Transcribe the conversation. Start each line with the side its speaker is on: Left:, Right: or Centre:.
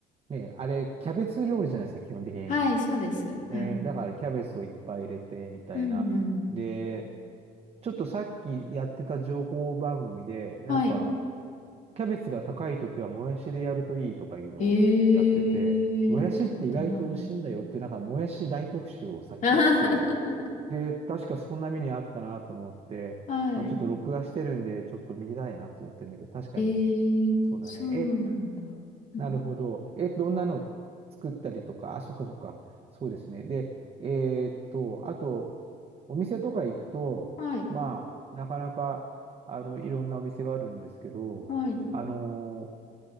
Right: ね、あれ、キャベツ料理じゃないですか、基本的に。
Left: はい、そうです。はい。
Right: ね、だからキャベツをいっぱい入れて、みたいな。
Left: うんうん。
Right: で、ちょっとさっきやってた情報番組で、なんか、
Left: はい。
Right: キャベツが高いときはもやしでやるといいとかいうのをやってて、
Left: えー、
Right: もやしって意外と美味しいんだよっていう、
Left: やったことない。
Right: なんか、もやし大特集をさっきやって
Left: <laughs>
Right: て、で、確かそんな目にあったなと思って、
Left: は
Right: まあ、ちょっと録画してるんで、ちょっと見たいなと思ってるんだけど、確かに、
Left: い。えー、
Right: そうだね。
Left: そうなんだ。うん
Right: なるほど。え、どんなの作ったりとか、あ、そっかそっか。そうですね。で、えーっと、あと、お店とか行くと、
Left: はい。
Right: まあ、なかなか、あの、いろんなお店があるんですけど、
Left: はい。
Right: あのー